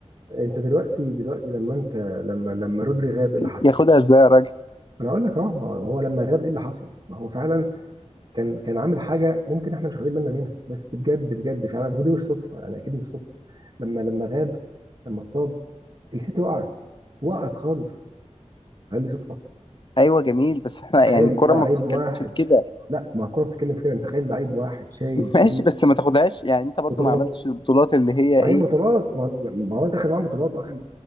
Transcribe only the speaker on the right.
انت دلوقتي دلوقتي لما انت لما لما رودري غاب ايه اللي حصل؟
انا هقول لك اه ما هو هو لما غاب ايه اللي حصل؟ ما هو فعلا كان كان عامل حاجه ممكن احنا مش واخدين بالنا منها بس بجد بجد فعلا ودي مش صدفه يعني اكيد مش صدفه لما لما غاب لما اتصاب السيتي وقعت وقعت خالص هل دي صدفه؟
تخيل
الكورة
لعيب
ما بتتكلمش واحد
في كده لا ما الكوره بتتكلم في كده انت تخيل لعيب واحد شايل
فريق
بطولات
ما
هي بطولات ما ما هو انت اخد معاهم بطولات واخد